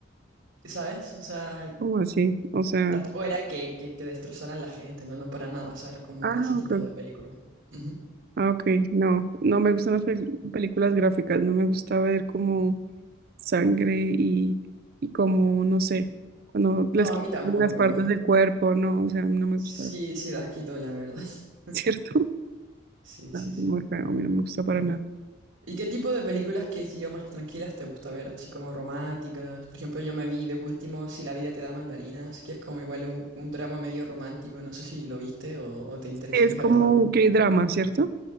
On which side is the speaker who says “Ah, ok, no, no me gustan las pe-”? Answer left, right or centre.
Right